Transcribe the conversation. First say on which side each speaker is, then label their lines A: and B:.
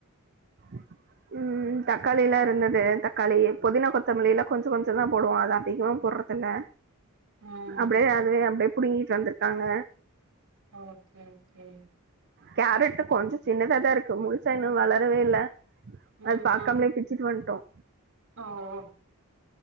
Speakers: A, on the right (about 50°); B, on the right (about 70°).
A: <inaudible> ம் தக்காளி எல்லா இருந்தது தக்காளி புதினா கொத்தமல்லி எல்லா கொஞ்ச கொஞ்ச தா போடுவோம் அது அதிகம் போடுறதுயில்ல
B: ம்
A: அப்டியே அது அப்டியே புடுங்கிட்டு வந்திருக்காங்க
B: ஓகே ஓகே
A: கேரட் கொஞ்சோ சின்னதா தான் இருக்கு முழுச்சா இன்னு வளரவே இல்ல
B: ம்
A: அது பாகக்காமலே
B: ம்
A: பிச்சுட்டு வந்துட்டோம்
B: ஓ ஓ ஓ